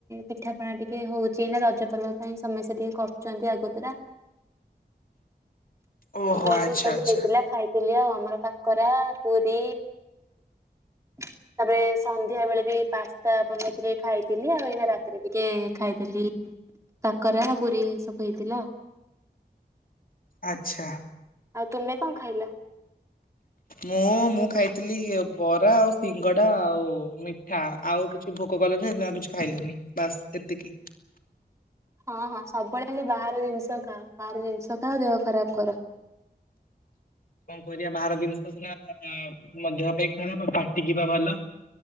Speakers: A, on the right; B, on the left.
A: ପିଠାପଣା ଟିକେ ହଉଚି ନା ରଜ ପର୍ବ ପାଇଁ ସମସ୍ତେ ଟିକେ କରୁଚନ୍ତି ଆଗତୁରା
B: ଓହୋ
A: ତ ସେ
B: ଆଚ୍ଛା
A: ସବୁ
B: ଆଚ୍ଛା।
A: ହେଇଥିଲା ଖାଇଥିଲି ଆଉ ଆମର କାକରା ପୁରୀ। ତାପରେ ସନ୍ଧ୍ୟା ବେଳେ ବି ପାସ୍ତା ବନେଇଥିଲି ଖାଇଥିଲି ଆଉ ଏଇନା ରାତିରେ ଟିକେ ଖାଇଦେଲି କାକରା ପୁରୀ ସବୁ ହେଇଥିଲା।
B: ଆଚ୍ଛା।
A: ଆଉ ତୁମେ କଣ ଖାଇଲ?
B: ମୁଁ ମୁଁ ଖାଇଥିଲି ବରା ଆଉ ସିଙ୍ଗଡା ଆଉ ମିଠ ବା ଆଉ କିଛି ଭୋକ କଲେନି ସେ ଆଉ କିଛି ଖାଇଲେନି ବାସ୍ ଏତିକି
A: ହଁ ହଁ ସବୁବେଳେ ଖାଲି ବାହାର ଜିନିଷ ଖାଅ ବାହାର ଜିନିଷ ଖାଅ ଦେହ ଖରାପ କର
B: କଅ କରିବା ବାହାର ଜିନିଷ ସିନା ଦେହ ପାଇଁ ଖରାପ ପାଟିକିବା ଭଲ